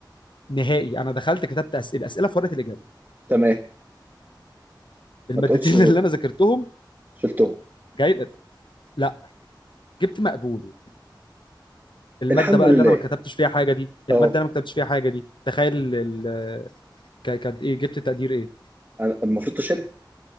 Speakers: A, on the left; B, on the right.
A: نهائي انا دخلت كتبت اسئله اسئله في ورقه الاجابه
B: تمام
A: المادتين
B: ما تقولش شل-
A: اللي انا ذاكرتهم
B: شلتهم
A: جاي لا جبت مقبول الماده
B: الحمد
A: بقى
B: لله
A: اللي انا ما كتبتش فيها حاجه دي
B: اه
A: الماده انا ما كتبتش فيها حاجه دي تخيل ال- ال- ك- كانت ايه جبت تقدير ايه
B: أنا المفروض تشيلها